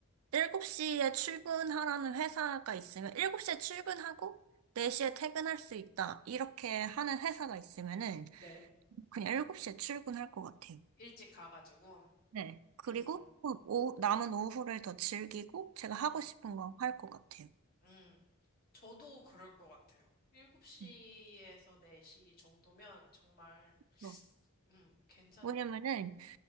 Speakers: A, on the right; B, on the left.
A: 7시에 출근하라는 회사가 있으면 7시에 출근하고 4시에 퇴근할 수 있다. 이렇게 하는 회사가 있으면은
B: 네.
A: 그냥 7시에 출근할 것 같아요.
B: 일찍 가가지고,
A: 네. 그리고
B: 음.
A: 또 오 남은 오후를 더 즐기고 제가 하고
B: 음,
A: 싶은 거 할 것 같아요.
B: 음. 저도 그럴 것 같아요. 7시에서
A: 음,
B: 4시 정도면 정말,
A: 뭐,
B: 음, 괜찮을,
A: 왜냐면은